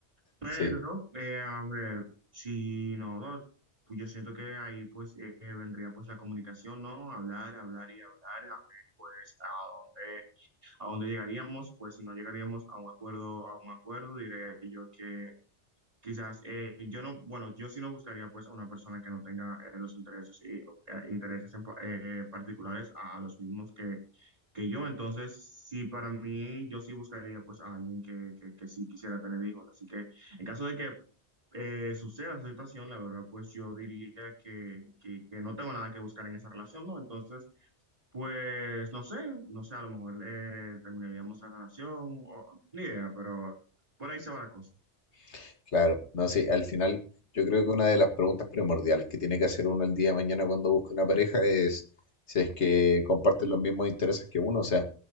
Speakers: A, on the right; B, on the left.
A: Pero,
B: Sí,
A: eh, a ver, si no, no, pues yo siento que ahí pues eh, eh, vendría pues la comunicación, ¿no? Hablar, hablar y hablar, a ver pues a dónde, a dónde llegaríamos, pues si no llegaríamos a un acuerdo, a un acuerdo, diría yo que quizás eh, yo no, bueno, yo sí no buscaría pues a una persona que no tenga eh, los intereses y eh, intereses en pa- eh, particulares a a los mismos que, que yo. Entonces, sí, para mí, yo sí buscaría pues a alguien que, que, que sí quisiera tener hijos. Así que en caso de que eh, suceda esa situación, la verdad, pues yo diría que, que, que no tengo nada que buscar en esa relación, ¿no? Entonces, pues no sé, no sé, a lo mejor eh, terminaríamos la relación, o- ni idea, pero por ahí se va la cosa.
B: <laughs> claro, no sé, al final yo creo que una de las preguntas primordiales que tiene que hacer uno el día de mañana cuando busca una pareja es si es que comparten los mismos intereses que uno, o sea,